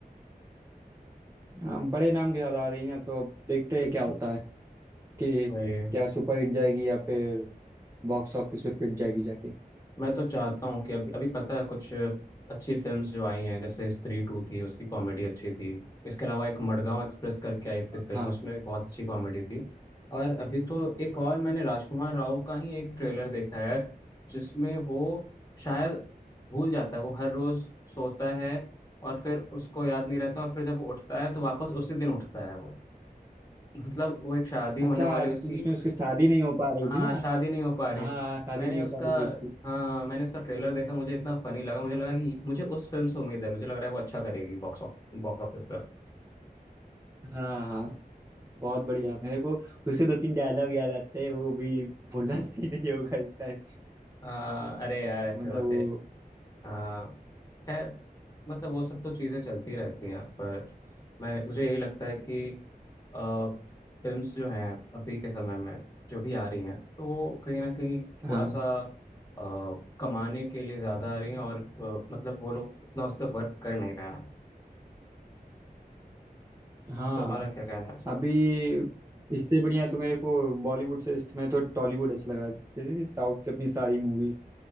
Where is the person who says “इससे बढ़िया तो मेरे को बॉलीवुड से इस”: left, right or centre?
Right